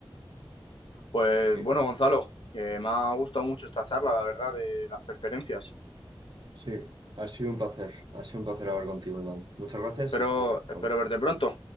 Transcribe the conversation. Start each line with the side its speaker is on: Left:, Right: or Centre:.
Left: Pues
Right: Sí,
Left: bueno, Gonzalo, que me ha gustado mucho esta charla, la verdad, de las preferencias.
Right: sí. Ha sido un placer. Ha sido un placer hablar contigo, Iván. Muchas gracias
Left: Espero,
Right: y espero hablar contigo.
Left: espero verte pronto.